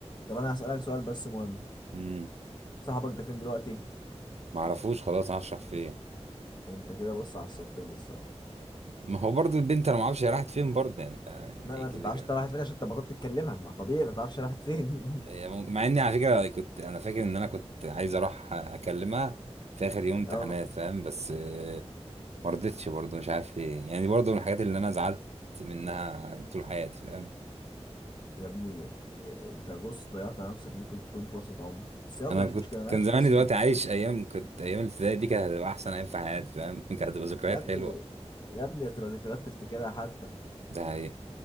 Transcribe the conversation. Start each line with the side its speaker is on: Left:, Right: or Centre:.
Left: طب انا هسألك سؤال بس مهم
Right: امم
Left: صاحبك ده فين دلوقتي
Right: ما اعرفوش خلاص معرفش راح فين
Left: انت كده بص عصبتني الصراحه
Right: ما هو برضو البنت انا ما اعرفش هي راحت فين برضه يعني ف يعني
Left: ما,
Right: إيه
Left: ما انت
Right: كده
Left: ما بتعرفش
Right: كده
Left: انت رايحة فين عشان انت بطلت تتكلمها ما طبيعي ما تعرفش رايحة فين
Right: هي مم- مع اني على فكره كنت انا فاكر ان انا كنت عايز اروح اكلمها في اخر
Left: <laughs>
Right: يوم امتحانات
Left: اه
Right: فاهم بس آه، ما رضتش برضه مش عارف ليه يعني برضه من الحاجات اللي انا زعلت منها طول حياتي فاهم
Left: يا ابني اه، انت بص ضيعت على نفسك ممكن تكون فرصة عمر بس يلا
Right: انا
Left: مش
Right: كنت
Left: مشكلة مالكش
Right: كان زماني
Left: نصيب
Right: دلوقتي عايش ايام كنت ايام الابتدائي دي كانت هتبقى احسن ايام في حياتي فاهم <laughs> كانت هتبقى ذكريات
Left: يا ابني
Right: حلوه
Left: يا ابني هتبقى ذكريات تفتكرها حتى
Right: ده حقيقة